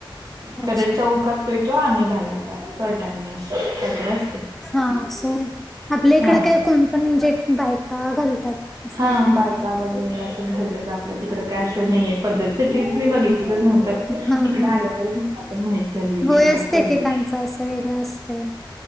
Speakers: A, on the right (about 45°); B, in the centre.
A: <unintelligible>
B: अच्छा
A: चौ <unintelligible> तो आम्ही घालायचा पलटांनी असं त्या्रस <unintelligible>
B: हा सर आपल्या इकडे
A: हा.
B: काय कोण पण म्ह जे बायका घालतात <unintelligible>
A: हा
B: काही
A: बायका
B: नाही
A: ब <unintelligible> असं घालतात आपल्या तिकड काय असं नाहीये पद्धतीसाठी मी बघितलंच नव्हत
B: हा
A: इकड
B: हा
A: आल्यावरच मला पण माहित झालं एक
B: होय असते
A: पद्धती
B: एकेकांच असं वेगळं असतंय